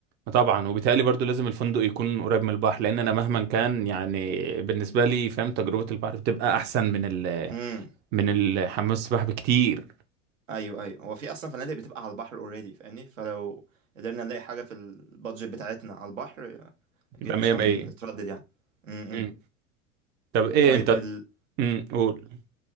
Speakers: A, on the right; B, on the right.
A: طبعا وبالتالي برضو لازم الفندق يكون قريب من البحر لان انا مهما كان يعني بالنسبه لي فاهم تجربه البحر بتبقى احسن من ال
B: امم
A: من الحمام السباحة بكتير
B: ايوه ايوه هو في اصلا فنادق بتبقى على البحر اوريدي فاهمني فلو قدرنا نلاقي حاجه في البادجت بتاعتنا على البحر اكيد
A: يبقى
B: مش
A: مية مية
B: هنتردد يعني امم إمم.
A: مم. طب ايه
B: طيب
A: انت
B: ال...
A: امم قول